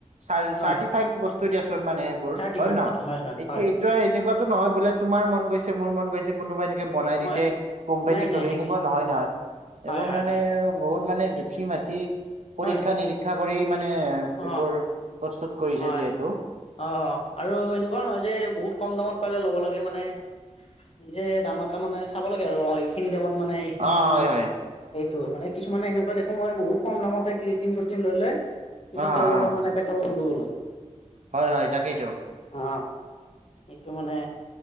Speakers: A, on the right; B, on the left.
A: চাৰ
B: হয়
A: চাৰ্টিফাইড বস্তু দিচোন মানে এইবোৰ
B: চাৰ্টিফাইড
A: হয়নে নহয়।
B: বস্তু হয় হয়
A: এইটো
B: হয়
A: এট এনেকুৱাটো নহয় বোলে তোমাৰ মন গৈছে মোৰ মন গৈছে কোনোবাই এনেকে বনাই
B: হয়
A: দিছে কোম্পানীৰ
B: নাই নাই
A: কলেই
B: সেই
A: নে
B: কি
A: কোৱা নহয় নহয়।
B: হয়
A: এইবোৰ
B: হয়
A: মানে
B: হয়
A: বহুত মানে জুখি মাখি পৰীক্ষা
B: হয়
A: নিৰীক শিক্ষা কৰি মানে এইবোৰ
B: অ
A: প্ৰস্তুত কৰিছে
B: হয়
A: যিহেতু,
B: অ আৰু এনেকুৱা নহয় যে বহুত কম দামত পালে ল'ব লাগে মানে। নিজে দামত এটা মানে চাব লাগে আৰু এই খিনি দামত মানে খিনি
A: অ হয়
B: মানে
A: হয়
B: সেইটোৱে মানে কিছুমানে এনেকুৱা দেখো মই বহুত কম দামতে ক্ৰয়েটিন প্ৰটিন ললে। পিছত
A: অ অ
B: তেওঁলোকৰ মানে পেটৰ গণ্ডগোল হয়।
A: হয় হয় তাকেইতো
B: অ এইটো মানে